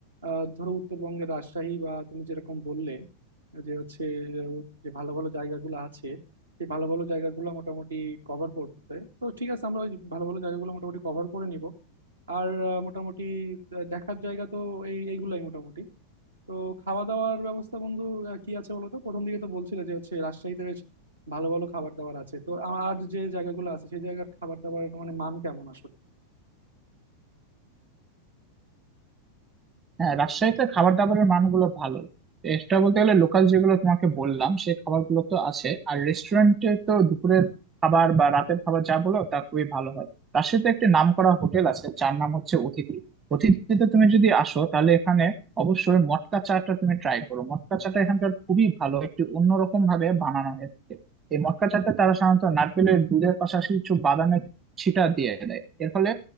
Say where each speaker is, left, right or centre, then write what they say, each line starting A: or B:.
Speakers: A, on the right; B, on the right.
A: আহ, ধরো উত্তরবঙ্গের রাজশাহী বা তুমি যেরকম বললে যে হচ্ছে আহ, যে ভালো ভালো জায়গাগুলো আছে সেই ভালো ভালো জায়গাগুলো মোটামুটি কভার করতে তো ঠিক আছে আমরা ওই ভালো ভালো জায়গাগুলো মোটামুটি কভার করে নিব আর আহ, মোটামুটি আহ, দেখার জায়গা তো এই এইগুলাই মোটামুটি তো খাওয়া দাওয়ার ব্যবস্থা বন্ধু আহ, কি আছে বলো তো প্রথম দিকে তো বলছিলে যে হচ্ছে রাজশাহীতে বেশ ভালো ভালো খাবার দাবার আছে তো আ- আর যে জায়গাগুলো আছে সেই জায়গার খাবার দাবার মানে মান কেমন আসলে
B: হ্যাঁ রাজশাহীতে খাবার দাবারের মানগুলো ভালোই এক্সট্রা বলতে গেলে লোকাল যেগুলো তোমাকে বললাম সেই খাবারগুলো তো আছে আর রেস্টুরেন্টে তো দুপুরের খাবার বা রাতের খাবার যা বলো তা খুবই ভালো হয় রাজশাহীতে একটি নামকরা হোটেল আছে যার নাম হচ্ছে অতিথি অতিথিতে তুমি যদি আসো তাহলে এখানে অবশ্যই মটকা চাটা তুমি ট্রাই করো মটকা চাটা এখানকার খুবই ভালো একটি অন্যরকম ভাবে বানানো হয়ে থাকে এই মটকা চাতে তারা সাধারণত নারকেলের দুধের পাশাপাশি কিছু বাদামের ছিটা দিয়ে দেয় এর ফলে